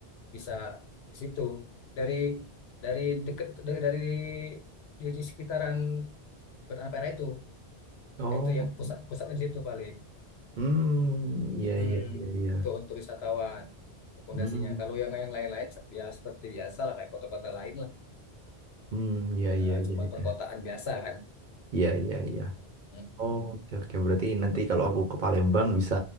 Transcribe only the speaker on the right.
Oh.
Hmm, iya
iya iya iya.
Hmm,
mmm, iya iya
iya
iya.
Iya iya iya.
Oh, Oke oke, berarti nanti kalau aku ke Palembang bisa,